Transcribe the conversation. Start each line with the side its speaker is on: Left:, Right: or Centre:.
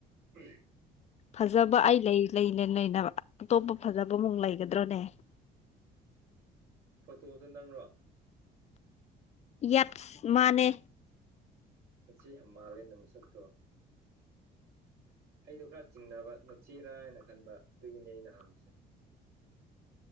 Right: ꯎ
Left: ꯐꯖꯕ ꯑꯩ ꯂꯩ ꯂꯩꯅꯦ ꯑꯇꯣꯞꯄ ꯐꯖꯕꯃꯨꯛ ꯂꯩꯒꯗ꯭ꯔꯣꯅꯦ
Right: ꯐꯣꯇꯣꯗ ꯅꯪꯔꯣ
Left: ꯌꯦꯠ ꯃꯥꯅꯦ
Right: ꯅꯆꯦ ꯑꯃ ꯃꯥꯥꯜꯂꯦ ꯅꯝꯁꯛꯇꯣ ꯑꯩꯗꯣ ꯈꯔ ꯆꯤꯡꯅꯕ ꯅꯨꯡꯁꯤꯔꯥ ꯍꯥꯏꯅ ꯈꯟꯕ ꯑꯗꯨꯒꯤꯅꯤ ꯑꯩꯅ ꯍꯪꯁꯦ <inaudible>